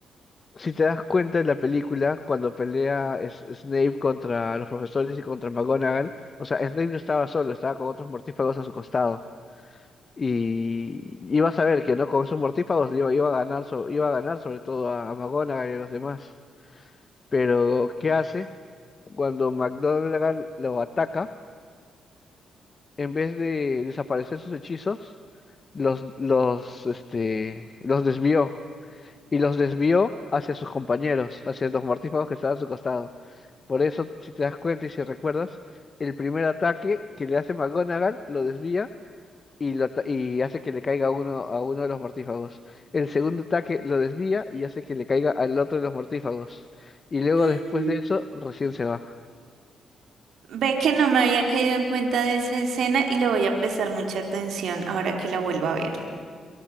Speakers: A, on the left; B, on the right.
A: Si te das cuenta en la película, cuando pelea es- Snape contra los profesores y contra McGonagall, o sea, Snape no estaba solo, estaba con otros mortífagos a su costado. Y ibas a ver que no con esos mortífagos iba, iba a ganar, so- iba a ganar sobre todo a, a McGonagall y a los demás. Pero, ¿qué hace? Cuando McGonagall lo ataca, en vez de desaparecer sus hechizos, los, los, este, los desvió. y los desvió hacia sus compañeros, hacia los mortífagos que estaban a su costado. Por eso, si te das cuenta y si recuerdas, el primer ataque que le hace McGonagall lo desvía y, lo ata- y hace que le caiga a uno, a uno de los mortífagos. El segundo ataque lo desvía y hace que le caiga al otro de los mortífagos. Y luego
B: Mm,
A: después de eso, recién se va.
B: Ve que no me había caído en cuenta de esa escena y le voy a prestar mucha atención ahora que la vuelva a ver.